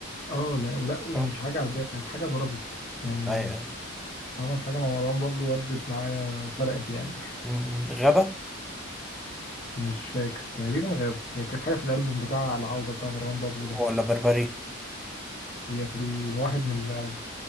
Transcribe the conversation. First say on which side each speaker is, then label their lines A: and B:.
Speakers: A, on the left; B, in the centre.
A: اه لا ولا ومش
B: اه
A: حاجة عادية كانت حاجة ضربت يعني
B: ايوه
A: عمل حاجة مع مروان بابلو ودت معايا فرقت يعني
B: م- م. غابه
A: ومش فاكر تقريبا غابوا هي كانت حاجة في الألبوم بتاع العودة بتاع مروان بابلو ده
B: ولا بربري
A: هي في الواحد من الألبوم